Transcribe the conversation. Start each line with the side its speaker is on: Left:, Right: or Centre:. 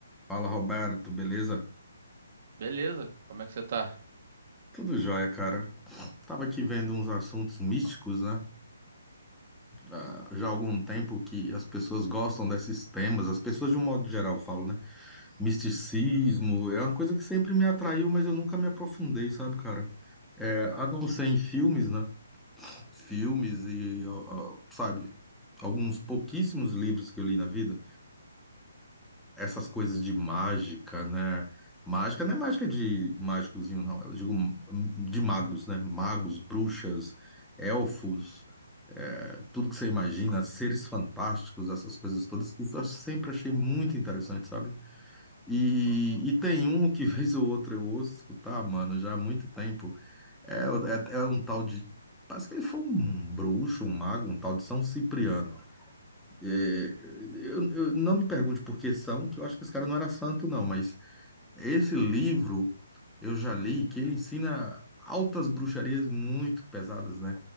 Centre: Fala, Roberto, beleza?
Right: Beleza, como é que você tá?
Centre: Tudo jóia, cara. Tava aqui vendo uns assuntos místicos, né? Ah, Já há algum tempo que as pessoas gostam desses temas, as pessoas de um modo geral falam, né? Misticismo é uma coisa que sempre me atraiu, mas eu nunca me aprofundei, sabe, cara? É, a não ser em filmes, né? Filmes e, ó, ó, sabe, alguns pouquíssimos livros que eu li na vida. essas coisas de mágica, né? Mágica não é mágica de mágicozinho, não. Eu digo hum, de magos, né? Magos, bruxas, elfos, é, tudo que você imagina, seres fantásticos, essas coisas todas. Isso eu sempre achei muito interessante, sabe? E, e tem um que <laughs> vez ou outra eu ouço escutar, mano, já há muito tempo. É, o- é, é um tal de. Parece que ele foi um bruxo, um mago, um tal de São Cipriano. É, eu, eu- não me pergunte por que são, que eu acho que esse cara não era santo, não, mas esse livro eu já li que ele ensina altas bruxarias muito pesadas, né?